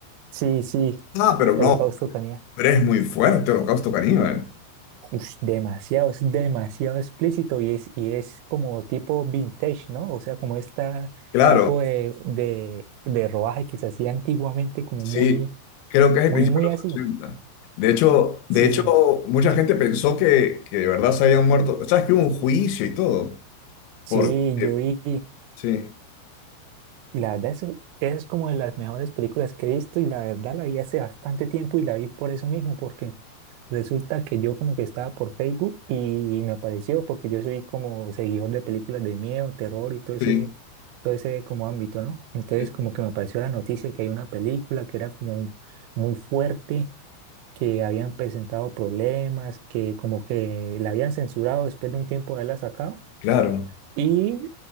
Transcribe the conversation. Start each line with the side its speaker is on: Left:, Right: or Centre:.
Right: Sí, sí,
Left: Ah, pero
Right: Holocausto
Left: no,
Right: Caníbal.
Left: pero es muy fuerte Holocausto Caníbal.
Right: Ush, demasiado, es demasiado explícito y es, y es como tipo vintage, ¿no? O sea, como esta
Left: Claro,
Right: tipo de, de, de rodaje que se hacía antiguamente, como
Left: sí.
Right: muy,
Left: Creo que es el
Right: muy,
Left: principio
Right: muy
Left: de los
Right: así.
Left: 80. De hecho, de
Right: Sí,
Left: hecho, mucha gente pensó que, que de verdad se habían muerto. ¿Sabes que hubo un juicio y todo?
Right: sí,
Left: Porque,
Right: yo vi.
Left: sí,
Right: Y la verdad, eso es como de las mejores películas que he visto y la verdad la vi hace bastante tiempo y la vi por eso mismo, porque resulta que yo como que estaba por Facebook y me apareció porque yo soy como seguidor de películas de miedo, terror y todo ese,
Left: sí,
Right: todo ese como ámbito, ¿no? Entonces
Left: sí,
Right: como que me apareció la noticia que hay una película que era como muy fuerte, que habían presentado problemas, que como que la habían censurado después de un tiempo de haberla sacado
Left: claro.
Right: y